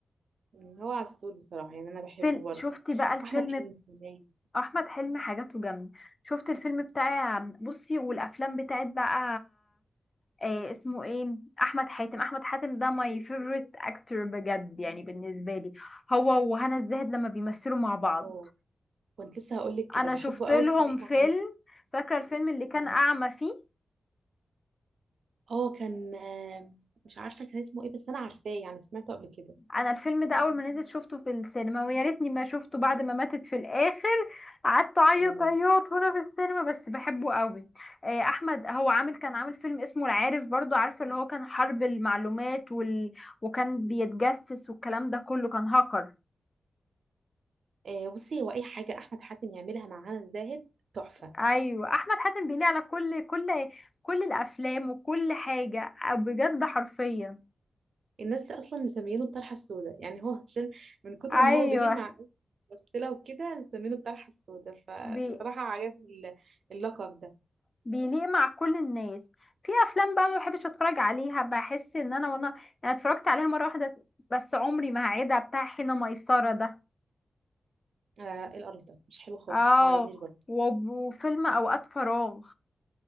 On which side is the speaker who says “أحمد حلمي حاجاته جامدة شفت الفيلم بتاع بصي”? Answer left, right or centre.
Left